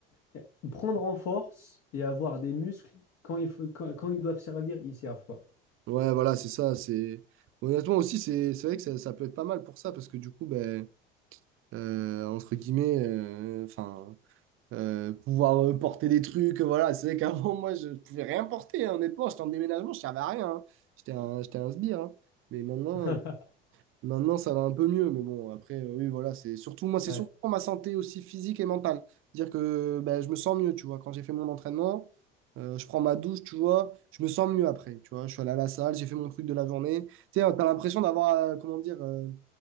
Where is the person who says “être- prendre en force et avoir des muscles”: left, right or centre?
Left